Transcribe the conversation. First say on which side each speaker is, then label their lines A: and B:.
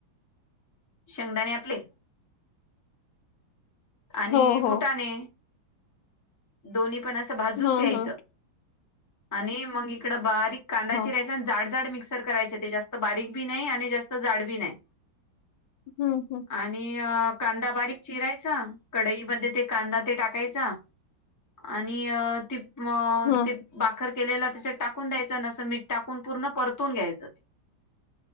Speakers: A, on the left; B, on the left.
A: शंगदाने आपले. आणि
B: हो हो
A: फुटाणे. दोन्ही पण असं भाजून
B: हा
A: घ्यायचं
B: हा
A: आणि मग इकडं बारीक कांदाची
B: हा
A: राहाय.. जाड जाड मिक्सर करायचे ते जास्त बारीक बी नाही आणि जास्त जाड बी नाही..
B: हम्म हम्म..
A: आणि कांदा बारीक चिरायचा.. कडईमध्ये ते कांदा ते टाकायचा आणि ते
B: ह
A: ते. बाखर केलेला तच्यात टाकून द्यायचं नसं मीठ टाकून पूर्ण परतून घ्यायचं ते.